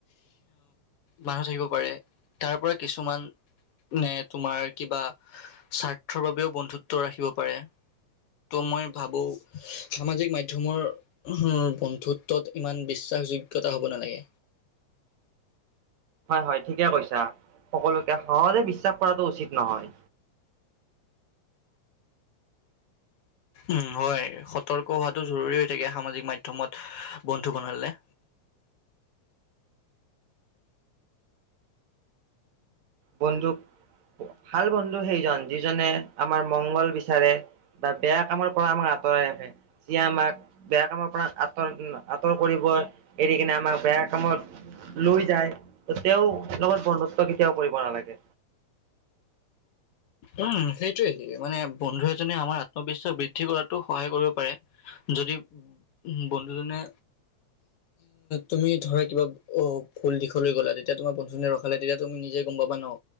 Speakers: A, on the left; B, on the right.
A: মানুহ থাকিব পাৰে তাৰ পৰা কিছুমানে তোমাৰ কিবা স্বাৰ্থৰ বাবেও বন্ধুত্ব ৰাখিব পাৰে ত' মই ভাবো সামাজিক মাধ্যমৰ বন্ধুত্বত ইমান বিশ বিশ্বাস যোগ্যতা হ'ব নালাগে।
B: হয় ঠিকে কৈছা সকলোকে সহজে বিশ্বাস কৰাটো উচিত নহয়।
A: উম হয় সতৰ্ক হোৱাটো জৰুৰী হৈ থাকে সামাজিক মাধ্যমত বন্ধু বনালে।
B: বন্ধু ভাল বন্ধু সেইজন যিজনে আমাৰ মংগল বিচাৰে বা বেয়া কামৰ পৰা আমাক আঁতৰাই ৰাখে যিয়ে আমাক বেয়া কামৰ পৰা আঁতৰ আঁতৰ কৰিব এৰি কিনে আমাক বেয়া কামত লৈ যায় তেওঁ লগত বন্ধুত্ব কেতিয়াও কৰিব তাকে
A: উম সেইটোৱে মানে বন্ধু এজনে আমাৰ আত্মবিশ্বাস বৃদ্ধি কৰাতো সহায় কৰিব পাৰে। যদি বন্ধুজনে তুমি ধৰা কিবা অ ভুল দিশলৈ গলা তেতিয়া তোমাৰ বন্ধুজনে ৰখালে তেতিয়া তুমি নিজে গম পাবা ন